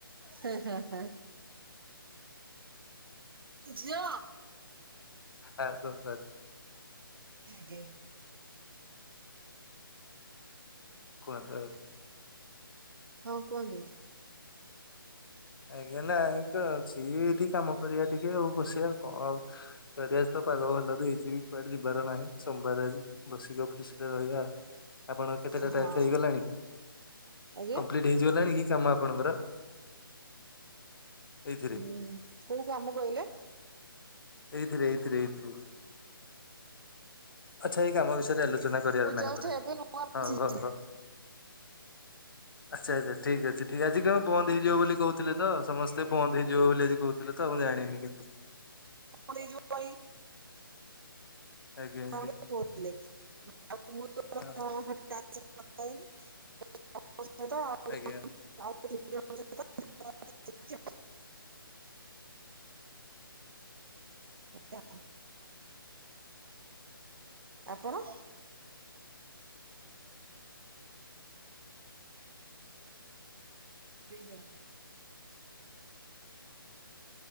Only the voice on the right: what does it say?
ହେ ହେ ହେ। ଝିଅ
ଆଜ୍ଞା।
ହଁ କୁହନ୍ତୁ?
ହଁ
ଆଜ୍ଞା
ଉଁ କୋଉ କାମ କହିଲେ?
ମୁଁ
ଜଷ୍ଟ
ଏବେ ନୂଆ ବସିଛି
ବନ୍ଦ ହେଇଯିବ କହି
ହଁ
ମୋତେ କହୁଥିଲେ
<unintelligible> <unintelligible>
<unintelligible> ଏଟା ଆପଣ? ଦେଇସାଇଲେ।